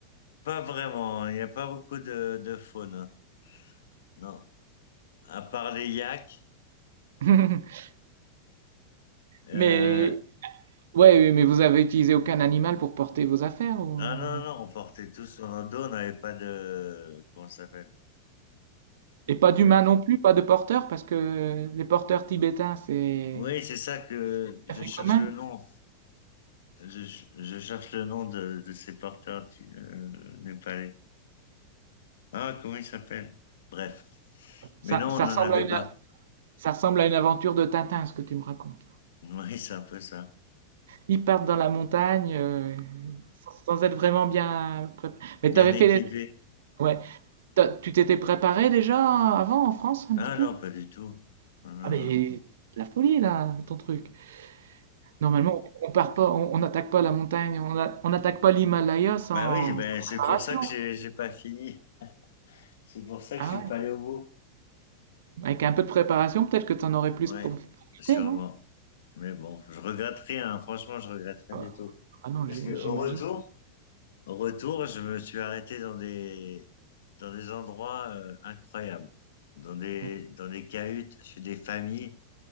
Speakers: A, on the left; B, on the right.
A: pas vraiment, il n'y a pas beaucoup de, de faune, non. À part les yaks,
B: <laughs>
A: euh,
B: Mais, ouais, oui, mais vous avez utilisé aucun animal pour porter vos affaires ou-
A: Ah non, non, non, on portait tout sur nos dos, on n'avait pas de... Comment ça s'appelle?
B: Et pas d'humains non plus, pas de porteurs, parce que les porteurs tibétains, c'est
A: Oui, c'est ça que je
B: assez
A: cherche
B: commun.
A: le nom. Je, je cherche le nom de, de ces porteurs du- euh, népalais. Ah, comment ils s'appellent? Bref. Mais
B: Ça,
A: non,
B: ça
A: on n'en
B: ressemble
A: avait
B: à une,
A: pas. <laughs>
B: ça ressemble à une aventure de Tintin, ce que tu me racontes.
A: Oui, c'est un peu ça.
B: Ils partent dans la montagne euh, sans- être vraiment bien préparés. Mais
A: Bien
B: t'avais
A: équipé.
B: fait les- Ouais. T'as- Tu t'étais préparé déjà avant en France un
A: Ah
B: petit peu?
A: non, pas du tout. Non, non,
B: Ah mais
A: non.
B: la folie là, ton truc. Normalement, on part pas, on on n'attaque pas la montagne, on a- on n'attaque pas l'Himalaya sans,
A: Bah oui, ben,
B: sans préparation.
A: c'est pour ça que j'ai j'ai pas fini. C'est pour ça
B: Ah
A: que je suis
B: ouais.
A: pas allé au bout.
B: Avec un peu de préparation, peut-être que tu en aurais plus
A: Ouais,
B: prof- profité,
A: sûrement.
B: non?
A: Mais bon, je regrette rien, hein. Franchement, je regrette rien
B: Ah
A: du tout.
B: ah non,
A: Parce
B: j'ai-
A: que au
B: j'imagine.
A: retour, Retour, je me suis arrêté dans des, dans des endroits euh, incroyables, dans des,
B: Ouais.
A: dans des cahutes, chez des familles